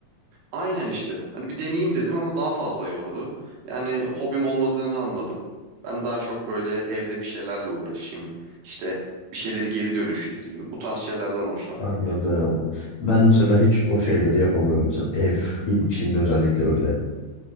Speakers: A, on the right; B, on the left.
A: Aynen işte. Hani bir deneyeyim dedim ama daha fazla yordu. Yani hobim olmadığını anladım. Ben daha çok böyle evde bir şeylerle uğraşayım. İşte bir şeyleri geri dönüştüreyim. Bu tarz şeylerden hoşlanıyorum
B: Anladım.
A: yani.
B: Ben mesela hiç o şeyleri yapamıyorum. Mesela evin içinde özellikle böyle.